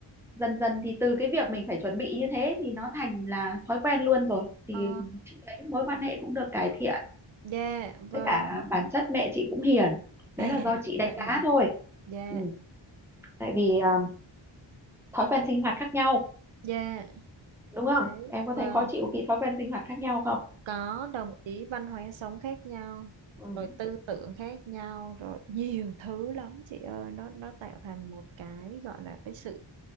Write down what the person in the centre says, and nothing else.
dần dần thì từ cái việc mình phải chuẩn bị như thế thì nó thành là thói quen luôn rồi thì
chị thấy mối quan hệ cũng được cải thiện
với cả bản chất mẹ chị cũng hiền đấy
là do chị đánh
đá
thôi
ừ. tại vì
à, thói quen sinh hoạt khác nhau
đúng không
em có
thấy khó chịu khi thói quen sinh hoạt khác nhau không
ừ.